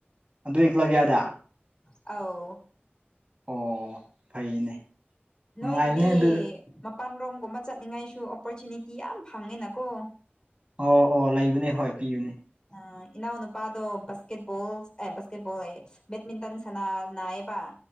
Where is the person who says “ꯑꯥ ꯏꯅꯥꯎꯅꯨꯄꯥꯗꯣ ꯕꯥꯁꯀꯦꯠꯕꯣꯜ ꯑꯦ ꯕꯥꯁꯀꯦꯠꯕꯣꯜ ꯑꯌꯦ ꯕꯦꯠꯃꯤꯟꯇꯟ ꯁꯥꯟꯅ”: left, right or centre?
Left